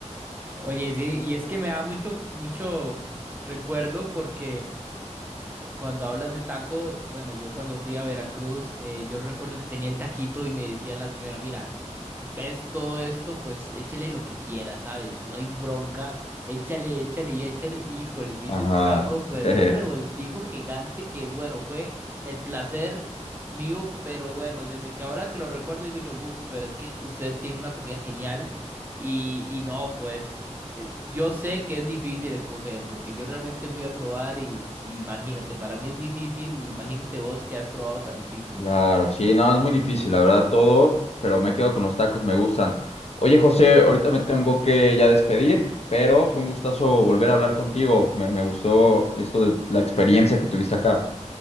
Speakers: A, on the right; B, on the left.
A: Oye, sí, y es que me da mucho, mucho recuerdo porque Cuando hablas de taco, bueno, yo cuando fui a Veracruz, eh, yo recuerdo que tenía el taquito y me decía la señora, mira, ves todo esto, pues échale lo que quieras, ¿sabes? No hay bronca, échale, échale y échale. Y, híjole, me
B: Ajá.
A: hice un taco, pero
B: <laughs>
A: un revoltijo gigante que, bueno, fue el placer mío, pero bueno, desde que ahora que lo recuerdo digo yo, uff, pero es que ustedes tienen una comida genial y, y no, pues eh, Yo sé que es difícil escoger, porque yo realmente fui a probar y y imagínate, para mí es difícil, imagínate vos que has probado tantísimo.
B: Claro, sí, no, es muy difícil, la verdad, todo, pero me quedo con los tacos, me gustan. Oye, José, ahorita me tengo que ya despedir, pero fue un gustazo volver a hablar contigo. Me, me gustó esto de la experiencia que tuviste acá.